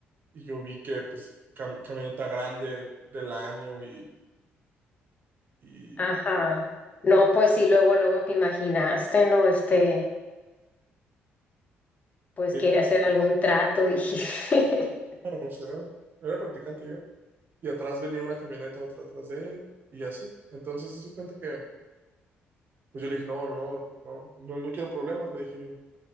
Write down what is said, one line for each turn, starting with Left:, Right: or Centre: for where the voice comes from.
Right: Y yo vi que, pues, cam- camioneta grande del año y, y,
Left: Ajá. No, pues sí, luego, luego te imaginaste, ¿no? Este, pues
Right: y-
Left: quiere hacer algún trato, dije. <laughs>
Right: o sea, era practicante yo. y atrás venía una camioneta, otra atrás de él, y así. Entonces se dio cuenta que, pues yo le dije, no, no, no, no, no, no quiero problemas, le dije yo.